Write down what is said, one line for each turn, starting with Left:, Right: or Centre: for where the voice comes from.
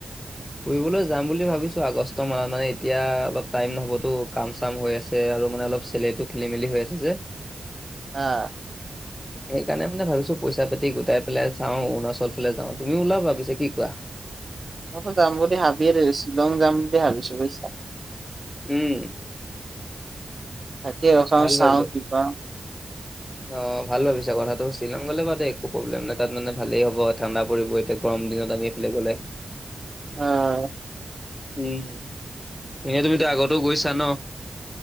Left: ফুৰিবলৈ যাম বুলি ভাবিছোঁ আগষ্ট মাহত মানে এতিয়া অলপ টাইম নহবতো কাম চাম হৈ আছে। আৰু মানে অলপ চেলাৰিটো খেলি মেলি হৈ আছে যে।
Right: হা,
Left: সেইকাৰণে মানে ভাবিছো পইচা পাতি গোটাই পেলাই যাওঁ অৰুনাচল ফালে যাওঁ, তুমিও ওলাবা পিছে কি কোৱা?
Right: মইতো যাম বুলি ভাবি থৈছো শ্বিলং যাম বুলি ভাবিছো বুজিছা।
Left: উম
Right: তাকে ৰচোন
Left: ভাল
Right: চাওঁ
Left: ভাবিছা
Right: কি কওঁ
Left: অ', ভাল ভাবিছা কথাটো শ্বিলং গলে বা দেই একো প্ৰব্লেম নাই তাত মানে ভালেই হ'ব ঠাণ্ডা পৰিব এতিয়া গৰম দিনত আমি তালে গ'লে
Right: অ'
Left: উম এনে তুমিতো আগতেও গৈছা ন